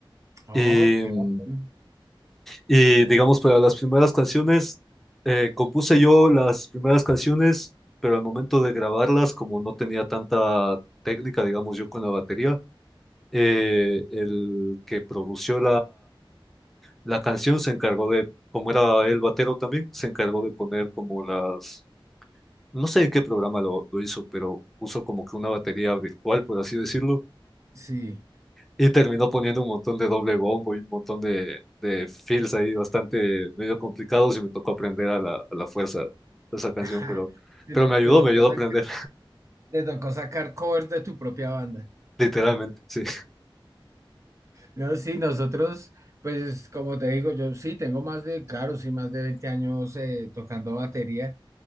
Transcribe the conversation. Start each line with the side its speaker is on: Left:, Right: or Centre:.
Right: Oh,
Centre: Y,
Right: qué
Centre: mm,
Right: bacán.
Centre: y digamos, para las primeras canciones, eh, compuse yo las primeras canciones, pero al momento de grabarlas, como no tenía tanta técnica, digamos, yo con la batería, eh, el que produció La canción se encargó de, como era el batero también, se encargó de poner como las, no sé en qué programa lo, lo hizo, pero puso como que una batería virtual, por así decirlo,
Right: Sí.
Centre: y terminó poniendo un montón de doble bombo y un montón de, de fills ahí bastante medio complicados y me tocó aprender a la, a la fuerza esa canción,
Right: <laughs>
Centre: pero,
Right: Te,
Centre: pero me ayudó,
Right: te tocó
Centre: me ayudó
Right: sacar,
Centre: a aprender,
Right: te tocó sacar covers de tu propia banda.
Centre: <laughs> literalmente, sí.
Right: No, sí, nosotros, pues como te digo, yo sí tengo más de, claro, sí, más de 20 años eh, tocando batería